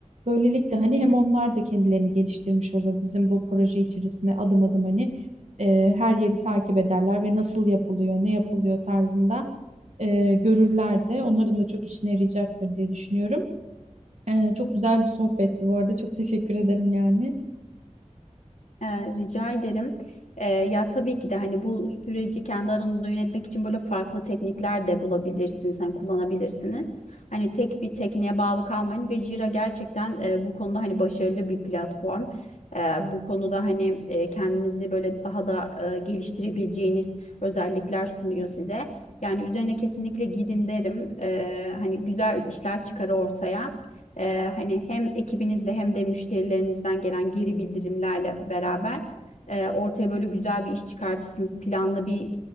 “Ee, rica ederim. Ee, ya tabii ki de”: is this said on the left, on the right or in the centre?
Left